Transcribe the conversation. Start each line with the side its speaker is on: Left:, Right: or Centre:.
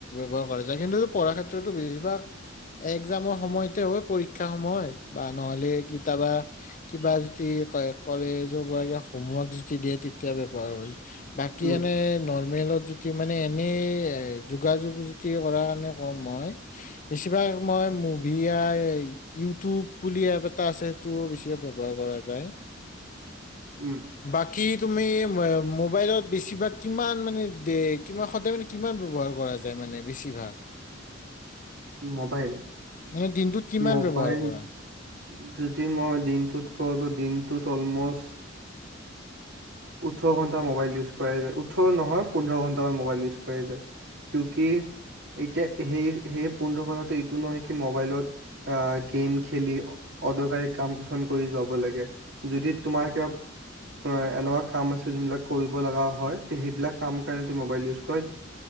Left: ব্যৱহাৰ কৰি যায়, কিন্তু পঢ়াৰ ক্ষেত্ৰতো বেছিভাগ এক্জামৰ সময়তে হয় পৰীক্ষাৰ সমূহ হয়, বা নহলে কিতাবা কিবা যদি কলেজৰ পৰা হোম ৰ্ক যদি দিয়ে তেতিয়া ব্যৱহাৰ হয় বাকী
Right: উম
Left: এনে লৰ মেইলত যদি মানে এনেই এ যোগাযোগ য কৰা কাৰণে কম হয়, বেছিভাগ মই আই মুভি ইউটিউব বুলি এপ এটা আছে সেইটো বেছি ব্যৱহাৰ কৰা যায়
Right: উম
Left: বাকী তুমি মোবাইলত বেছিভাগ কিমান মানে দে কি সদায় মানে কিমান ব্যৱহাৰ কৰা যায় মানে বেছিভাগ?
Right: মোবাইল
Left: মানে দিনটোত কিমান
Right: মোবাইল
Left: ব্যৱহাৰ কৰা?
Right: যদি মই দিনটোত কওঁতো দিনটোত অলম'ষ্ট ওঠৰ ঘন্টা মবাইল ইউজ কৰা যায়, ওঠৰ নহয় পোন্ধৰ ঘন্টামান মোবাইল ইউজ কৰাই যায়। কিও কি এতিয়া সেই সেই পোন্ধৰ ঘন্টাটো এইটো নহয় কি মোবাইলত গেম খেলি অদৰকাৰী কাম কিছুমান কৰি যোৱাব লাগে, যদি তোমাৰ কিবা এনেকুৱা কাম আছে যোনবিলাক কৰিব লগা হয় সেইবিলাক কাম কাৰণে ত মবাইল ইউজ কৰে,